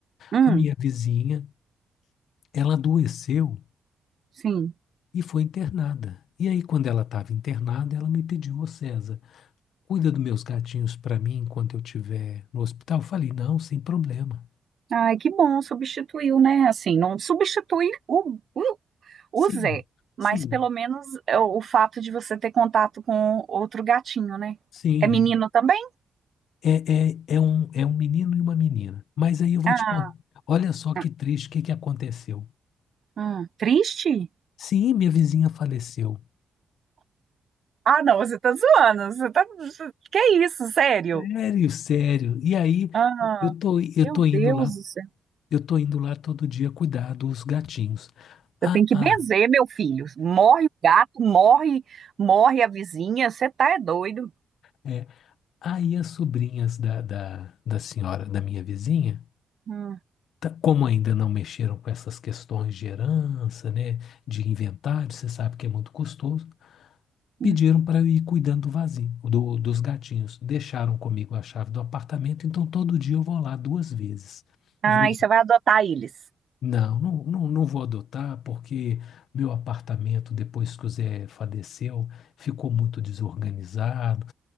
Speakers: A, on the right; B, on the left.
A: Hum,
B: A minha vizinha, ela adoeceu
A: sim.
B: e foi internada. E aí quando ela estava internada, ela me pediu, ô César, cuida dos meus gatinhos para mim enquanto eu estiver no hospital. Eu falei, não, sem problema.
A: Ai, que bom, substituiu, né? Assim, não substitui o, o, o
B: Sim.
A: Zé, mas
B: Sim,
A: pelo menos é, o, o fato de você ter contato com outro gatinho, né?
B: Sim,
A: É menino também?
B: é, é, é um, é um menino e uma menina. Mas aí eu vou
A: Ah,
B: te contar. Olha só
A: ah,
B: que triste, o que que aconteceu?
A: hum, triste?
B: Sim, minha vizinha faleceu.
A: Ah, não, você tá zoando. Você tá... você- Que é isso, sério?
B: Sério, sério. E aí
A: Ah,
B: eu tô, eu
A: meu
B: tô indo
A: Deus
B: lá,
A: do céu.
B: eu tô indo lá todo dia cuidar dos gatinhos.
A: Você
B: Ah,
A: tem que
B: ah,
A: benzer, meu filho. Morre o gato, morre, morre a vizinha. Você tá é doido.
B: é. Aí as sobrinhas da, da, da senhora, da minha vizinha,
A: Hum.
B: tá- como ainda não mexeram com essas questões de herança, né, de inventário, você sabe que é muito custoso.
A: hum.
B: Pediram para eu ir cuidando do vasinho, do- dos gatinhos. Deixaram comigo a chave do apartamento, então todo dia eu vou lá duas vezes.
A: Ah,
B: Eu vou de...
A: e você vai adotar eles.
B: Não, não, não, não vou adotar, porque meu apartamento, depois que o Zé faleceu, ficou muito desorganizado.